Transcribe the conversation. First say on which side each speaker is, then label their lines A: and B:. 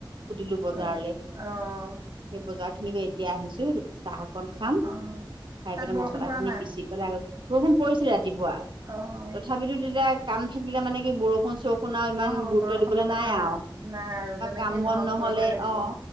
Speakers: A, on the right; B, on the right.
A: ফুটিলো আৰু বজাৰলৈ।
B: কাল অ',
A: সেই বজাৰ খিনি কৈ এতিয়া আহিছোঁ চাহ অকন খাম
B: অ',
A: খাই
B: তাত
A: পেলাই
B: বৰষুণ
A: মছলা
B: পৰা
A: খিনি
B: নাই
A: পিচিম। আহিপেলাই বৰষুণ পৰিছিলে ৰাতিপুৱা
B: অ',
A: তথাপিতো তেতিয়া কাম থাকিলে মানে কি বৰষুণ চৰ- শুনাওঁ ইমান
B: অ',
A: গুৰুত্ব
B: বৰষুণৰ
A: দিবলৈ
B: কথা
A: নাই আও
B: নাই আৰু
A: বা
B: যেনেকেই
A: কাম
B: নহওক
A: বন নহ'লে
B: কৰিবই লাগিব।
A: অঁ।